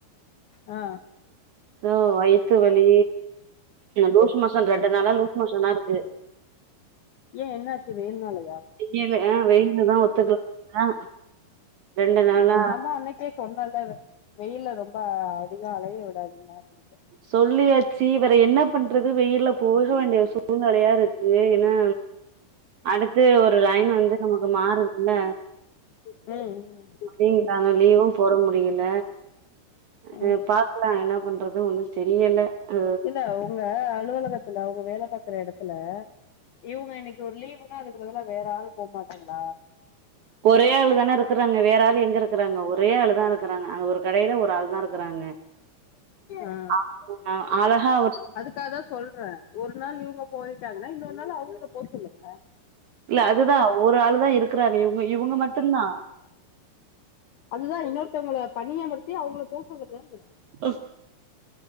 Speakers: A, on the left (about 85°); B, on the right (about 70°).
A: ஆ
B: தோ வயித்து வலி லூஸ் மோஷன் ரெண்டு நாளா லூசு மோஷனா இருக்கு
A: ஏ என்னாச்சு வெயில்னாலயா
B: தின்னேலே அ வெயிலு தா ஒத்துக்கல ஆ ரெண்டு நாளா
A: அ நா தா அன்னைக்கே சொன்னல்ல வெயில்ல ரொம்ப அதிக அலைய விடாதீங்க அப்டின்ட்டு
B: சொல்லியாச்சி வேற என்ன பண்றது வெயில்ல போக வேண்டிய சூழ்நெலயா இருக்கு ஏனா அடுத்து ஒரு லைன் வந்து நமக்கு மாறுதுல
A: ம் ம்
B: அப்டிங்குறாங்க லீவு போட முடியில அ
A: ம்
B: பாக்லா என்ன பண்றது ஒண்ணு தெரியல அ
A: இல்ல உங்க அலுவலகத்துல உங்க வேல பாக்குற எடத்துல இவுங்க இன்னக்கு ஒரு லீவ்ன்னா அதுக்கு பதுலா வேற ஆள் போ மாட்டாங்ளா
B: ஒரே ஆளுதான இருக்குறாங்க வேற ஆளு எங்க இருக்குறாங்க ஒரே ஆளுதா இருக்குறாங்க அந்த ஒரு கடைல ஒரு ஆள் தா இருக்குறாங்க
A: ஆ
B: <unintelligible> அழகா அவர்
A: தா தா சொல்ற ஒரு நான் இவுங்க போய்ட்டாங்கன்னா இன்னொரு நாள் அவுங்கள போ சொல்லுங்க
B: இல்ல அதுதா ஒரு ஆளுதா இருக்குறாங்க இவுங்க இவுங்க மட்டு தா
A: அதுதா இன்னொருத்தவங்க பணி அமர்த்தி அவுங்கள போ சொல்லுங்கங்ற
B: ஆ